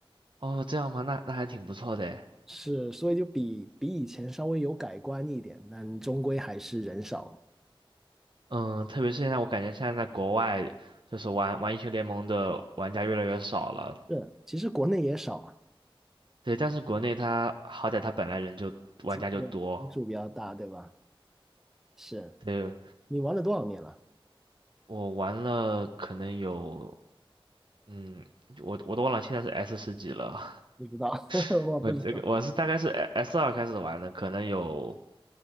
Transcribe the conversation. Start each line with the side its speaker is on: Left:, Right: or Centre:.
Right: 哦，这样吗？那那还挺不错的诶。
Centre: 是，所以就比比以前稍微有改观一点，但终归还是人少。
Right: 嗯，特别是现在，我感觉现在在国外，就是玩玩英雄联盟的玩家越来越少了。
Centre: 是，其实国内也少啊，
Right: 对，但是国内它好歹它本来人就玩家就多。
Centre: 其实基数比较大，对吧？是
Right: 对，
Centre: 你玩了多少年了？
Right: 我玩了可能有，嗯，我我都忘了现在是 S 十几了。
Centre: 不知道，<laughs>
Right: <laughs>
Centre: 我不知道。
Right: 我这个我是大概是 S 二开始玩的，可能有